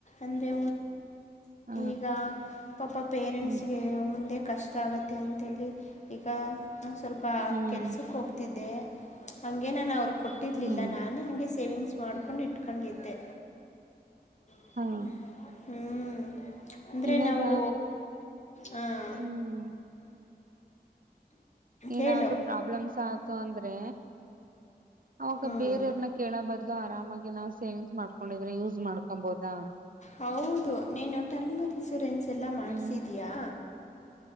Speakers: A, on the left; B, on the right.
A: ಅಂದ್ರೆ
B: ಹ
A: ಈಗ ಪಾಪ ಪೇರೆಂಟ್ಸ್ಗೆ
B: ಹ್ಮ್
A: ಮುಂದೆ ಕಷ್ಟ ಆಗುತ್ತ ಅಂತೇಳಿ ಈಗ ನ ಸ್ವಲ್ಪ
B: ಹ್ಮ್
A: ಕೆಲ್ಸಕ್ಕೆ ಹೋಗ್ತಿದ್ದೆ ಹಂಗೇನೆನ ಅವ್ರ್ ಕೊಟ್ಟಿರ್ಲಿಲ್ಲ
B: ಹ್ಮ್
A: ನಾನು ಹಂಗೆ ಸೇವಿಂಗ್ಸ್ ಮಾಡ್ಕೊಂಡ್ ಇಟ್ಕೊಂಡಿದ್ದೆ ಹ್ಮ್
B: ಹಾ
A: ಅಂದರೆ
B: ಇವಾಗ
A: ನಾವು ಹಾಂ
B: ಹ್ಮ್ ಏನಾದ್ರೂ
A: ಹೇಳು
B: ಪ್ರಾಬ್ಲೆಮ್ಸ್ ಆ ತೊಂದ್ರೆ ಅವಾಗ
A: ಹ್ಞೂ
B: ಬೇರೆಯವರ್ನ ಕೇಳ ಬದ್ಲು ಆರಾಮಾಗಿ ನಾವ್ ಸೇವಿಂಗ್ಸ್ ಮಾಡ್ಕೊಂಡಿದ್ರೆ ಯೂಸ್ ಮಾಡ್ಕೊಂಬೊದಾ
A: ಹೌದು ನೀನು ಟರ್ಮ್ ಇನ್ಸೂರೆನ್ಸ್ ಎಲ್ಲ ಮಾಡ್ಸಿದೀಯಾ
B: ಹ್ಮ್